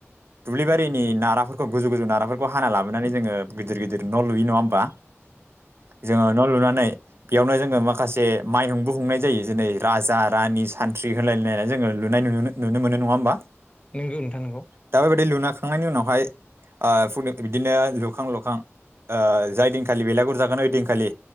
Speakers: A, on the right; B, on the left.
A: दुब्लिबारिनि नाराफोरखौ गोजौ गुजौ नाराफोरखौ हाना लाबोनानै जोङो गिदिर गिदिर न' लुयो नङा होमबा
B: <inaudible>
A: जोङो न' लुनानै बेयावनो जोङो माखासे माइहुंबो हुंनाय जायो जेरै राजा रानि सानथ्रि होनलायलायना जोंओ लुनाय नु नुनो मोनो नङा होनबा
B: नंगौ नोंथां नंगौ
A: दा बेबायदि लु खांनायनि उनावहाय ओ फु बिदिनो लुखां लुखां ओ जाय दिं खालि बेलागुर जागोन ओइदिनखालि